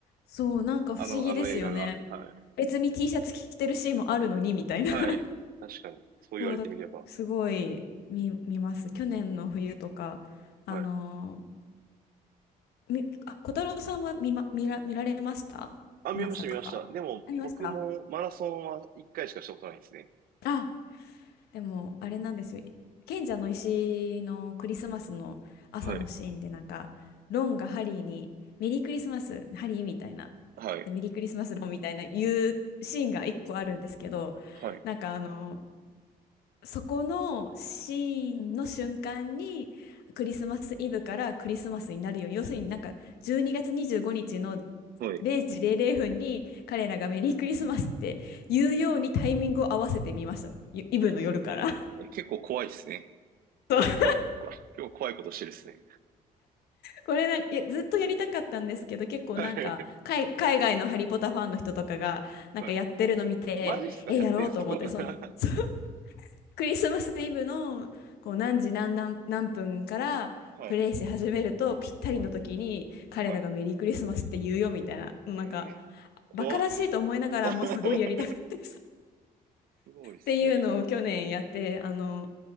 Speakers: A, on the left (about 85°); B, on the right (about 65°).
A: そう、なんか不思議ですよね。
B: あの、あの映画が。はい。
A: 別に T シャツ着てるシーンもあるのにみたいな
B: はい。
A: <laughs>
B: 確かに。そう言われてみれば。
A: そうだ、すごい見、見ます。去年の冬とか、あの
B: はい。
A: ーみ、あ、小太郎さんは見ま、見ら、見られました何作か。
B: あ、見ました、見ました。でも、
A: ありました。
B: 僕もマラソンは一回しかしたことないんですね。
A: あでも、あれなんですよ。賢者の石のクリスマスの朝のシーンで、
B: はい。
A: なんか、ロンがハリーに、メリークリスマス、ハリーみたいな。
B: はい。
A: で、メリークリスマス、ロンみたいな言うシーンが一個あるんですけど、
B: はい。
A: なんかあの、そこのシーンの瞬間に、クリスマスイブからクリスマスになるように、要するになんか、12月25日の
B: はい。
A: 0時00分に彼らがメリークリスマスって言うようにタイミングを合わせてみました。イイブの夜から。
B: え、え結構怖いですね。
A: <laughs>
B: 怖い、こ結構怖いことしてるですね。
A: これなんか、いや、ずっとやりたかったんですけど、結構なんか、
B: はい。
A: 海、海外のハリポタファンの人とかが、なんかやってるの見て、
B: はい。マジっすかやってんすけどな。
A: え、やろうと思って、その、
B: <laughs>
A: <laughs> そうクリスマスイブの、こう、何時何何、何分からプレイし始めると、
B: はい。
A: ぴったりの時に、
B: はい。
A: 彼らがメリークリスマスって言うよ、
B: はい。
A: みたいな、なんか、
B: ええ怖っ。
A: バカらしいと思いながらも、
B: <laughs>
A: すごいやりたかったっ
B: すごいですね。
A: ていうのを去年やって、あの、